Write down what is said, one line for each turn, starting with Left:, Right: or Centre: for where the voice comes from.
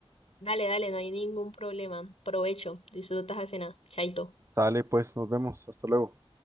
Left: Dale, dale, no hay ningún problema. Provecho, disfrutas la cena. Chaito.
Right: Sale, pues, nos vemos. Hasta luego.